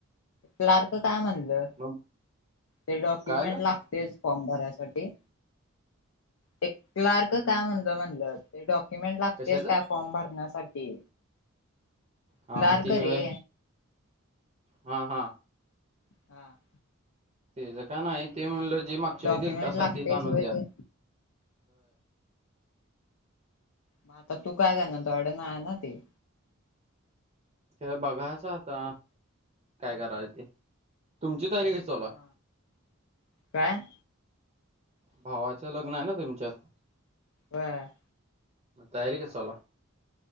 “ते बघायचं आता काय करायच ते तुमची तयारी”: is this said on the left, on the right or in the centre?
Right